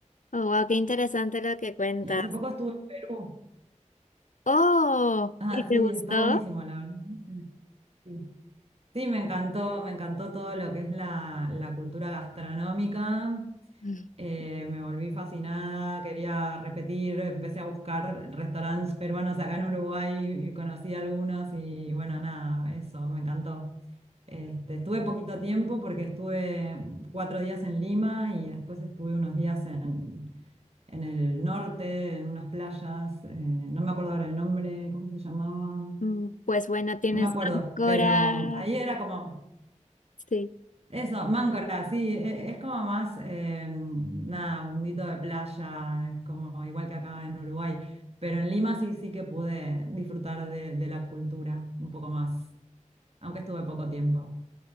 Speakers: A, on the left (about 80°); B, on the right (about 50°).
A: Oh, wow, qué interesante lo que cuentas.
B: Y hace poco estuve en Perú.
A: Oh,
B: Ah,
A: ¿y te
B: sí,
A: gustó?
B: está buenísimo, la verdad. Sí, sí. Sí, me encantó, me encantó todo lo que es la, la cultura gastronómica.
A: <laughs>
B: Eh, me volví fascinada, quería repetir, empecé a buscar restaurantes peruanos acá en Uruguay y conocí algunos y bueno, nada, eso, me encantó. Este, estuve poquito tiempo porque estuve cuatro días en Lima y después estuve unos días en, en el norte, en unas playas, eh, no me acuerdo ahora el nombre, ¿cómo se llamaba?
A: Mm, Pues bueno, tienes
B: No me acuerdo,
A: Ancora,
B: pero ahí era como...
A: Sí.
B: Eso, Máncora, sí, e- es como más, eh, nada, mundito de playa, es como igual que acá en Uruguay, pero en Lima sí, sí que pude disfrutar de, de la cultura un poco más, aunque estuve poco tiempo.